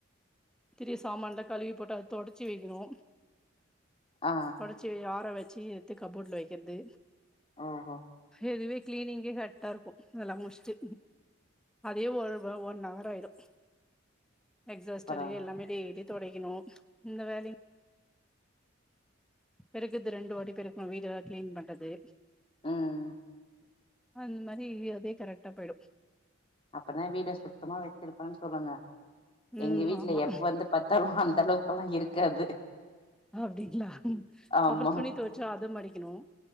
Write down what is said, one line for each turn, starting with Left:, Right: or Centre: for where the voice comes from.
Centre: திரிய சாமான்ல கழுவி போட்டு அத துடைச்சு வைக்கணும்
Left: ஆ
Centre: தொடச்சு யாற வ ச்சி எடுத்து கப்போர்டல வைக்கிறது
Left: ஓஹோ
Centre: இதுவே கிளீனிங்கே கரெக்டா இருக்கும் அதெல்லாம் முடுச்சுட்டு அதே ஒரு ஒன் அவர் ஆயிடும் எக்ஸாஸ்டரு
Left: பரவா
Centre: எல்லாமே டேய்லி தொடைக்கணும் இந்த வேலைங் பெருக்குது ரெண்டு வாட்டி பெருக்கணு வீடு ஏதாது கிளீன் பண்றது
Left: அஹ் அஹ்
Centre: அந்த மாரி அதே கரெக்டா போயிடும்
Left: அப்பதா வீட சுத்தமா வச்சிருப்பா சொல்லுங்க எங்க
Centre: உம்
Left: வீட்ல
Centre: ஆமா
Left: எப்ப வந்து பாத்தாலு அந்த அளவுக்கெல்லா இருக்காது
Centre: அப்டிங்ளா
Left: ஆமா
Centre: அப்புற துணி துவச்சா அத மடிக்கணும்